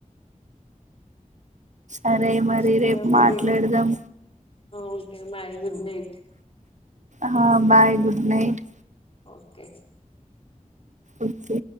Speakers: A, on the right; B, on the left.
A: అరే మరి
B: సరే
A: రేపు
B: మరి
A: మాట్లాడదాం
B: ఓకే బాయ్ గుడ్ నైట్
A: హ bye good night
B: okay
A: okay